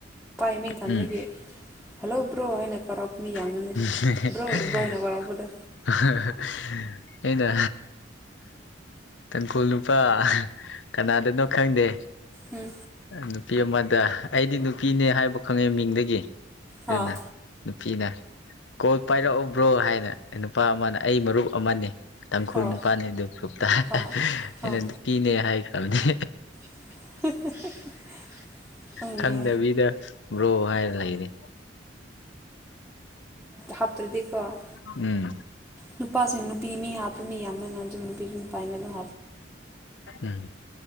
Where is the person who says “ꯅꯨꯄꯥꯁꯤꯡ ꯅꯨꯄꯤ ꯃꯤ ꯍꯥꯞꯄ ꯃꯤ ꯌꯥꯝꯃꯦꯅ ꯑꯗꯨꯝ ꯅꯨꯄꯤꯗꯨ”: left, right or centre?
Centre